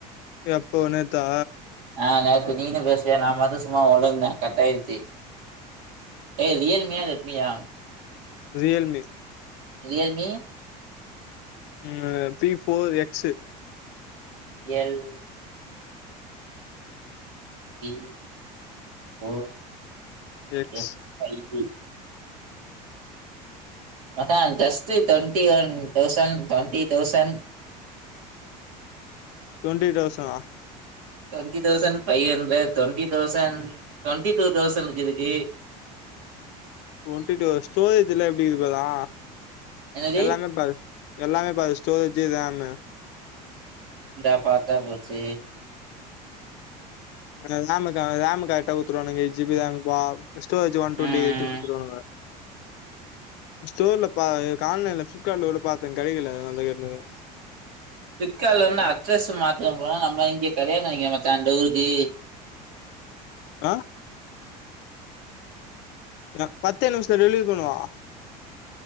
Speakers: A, on the left; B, on the right.
A: எப்போ நேத்தா
B: ஆ நேத்து நீனு பேசுவிய நா மத்து சும்மா ஒளருனே கட்டாயிச்சு ஏ ரியல்மியா ரெட்மியா
A: ரியல் மி
B: ரியல் மி
A: ம் அ before X
B: L P O
A: X
B: F five P மச்சா just twenty one thousand twenty thousand <inaudible>
A: டோண்டி தௌசணா
B: twenty thousand five hundred twenty thousand twenty two தௌசன்க்கு இருக்கு
A: டோண்ட்டி டூ ஸ்டோரேஜ்லா எப்டி இருக்குல்லா
B: என்னது
A: எல்லாமே பாரு எல்லாமே பாரு ஸ்டோரேஜு ரேமு
B: இந்தா பாத்தா போச்சு
A: அ ரேமு க ரேமு கரெக்டா குடுத்துவானுங்க எயிட் ஜிபி ரேமு பா ஸ்டோரேஜ் ஒன் டுவெண்டி
B: ம்
A: எயிட் குடுத்துவானுங்க
B: <inaudible>
A: ஸ்டோர்ல பா கா ஆன்லைன்ல ஃபிலிப்கார்ட்ல கூட பாத்தே கெடைக்கல அந்த கேட்டுனு <unintelligible>
B: ப்ளிப்கார்ட்ல இருந்து அட்ரஸ் மாத்த போனா நம்ம இங்கே <unintelligible> வச்சா டூருக்கு
A: ஆ நா பத்தே நிமித்துல டெல்வரி பண்ணுவா